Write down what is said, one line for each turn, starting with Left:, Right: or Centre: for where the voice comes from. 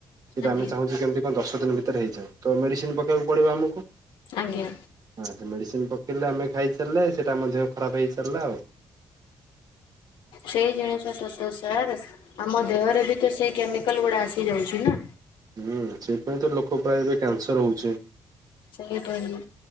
Right: ସେଇଟା
Left: ଆଜ୍ଞା
Right: ଆମେ ଚାହୁଁଛେ କେମିତି ଆ ଦଶ ଦିନ ଭିତରେ ହେଇଯାଉ ତ ମେଡିସିନ ପକାଇବାକୁ ପଡିବ ଆମକୁ
Left: ଆଜ୍ଞା
Right: ଆ ମେଡିସିନ ପ ପକେଇଲେ ଆମେ ଖାଇଚାଲିଲେ ସେଇଟା ଆମ ଦେହ ଖରାପ ହେଇଚାଲିଲା ଆଉ।
Left: ସେଇ ଜିଣିଷତ ତ ସାର୍ ଆମ ଦେହରେ ବି ତ ସେଇ କେମିକାଲ ଗୁଡା ଆସିଯାଉଛି ନା।
Right: ହୁଁ ସେଇଥିପାଇଁ ତ ଲୋକ ପ୍ରାୟ ଏବେ କ୍ୟାନସର ହଉଛି।
Left: ସେଇଟା ହିଁ